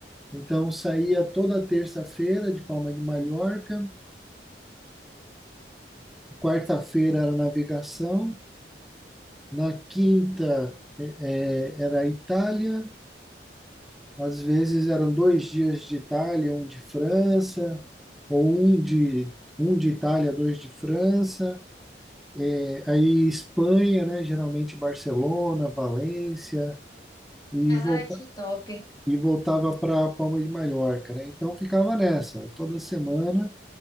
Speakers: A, in the centre; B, on the left.
A: Então saía toda terça-feira de Palma de Mallorca, quarta-feira era navegação, na quinta é, é, era Itália, às vezes eram dois dias de Itália, um de França, ou um de, um de Itália, dois de França. É, Aí Espanha, né? Geralmente Barcelona, Valência. e,
B: Ai,
A: volta,
B: que top.
A: e voltava para Palma de Mallorca, né? Então ficava nessa, toda semana